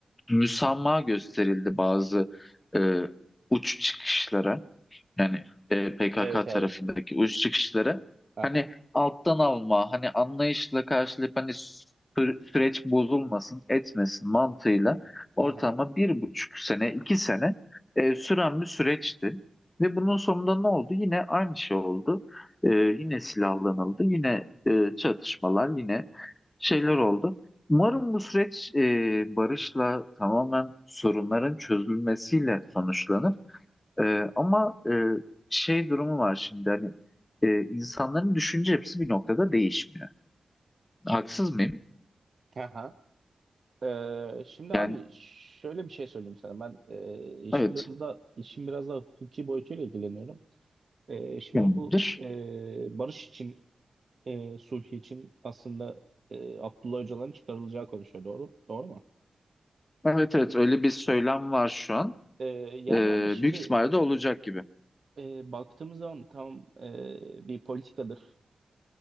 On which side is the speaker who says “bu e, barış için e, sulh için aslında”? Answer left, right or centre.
Right